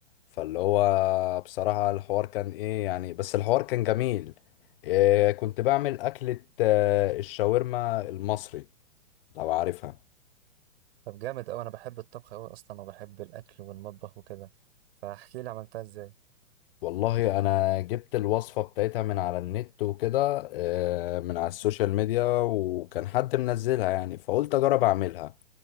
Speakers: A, on the left; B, on the right.
A: فاللي هو بصراحه الحوار كان ايه يعني بس الحوار كان جميل إيه كنت بعمل اكله آه، الشاورما المصري لو عارفها
B: طب جامد أوي أنا بحب الطبخ أوي أصلا وبحب الأكل والمطبخ وكده فاحكي لي عملتها إزاي
A: والله انا جبت الوصفة بتاعتها من على النت وكده آه، من على السوشيال ميديا وكان حد منزلها يعني فقلت اجرب اعملها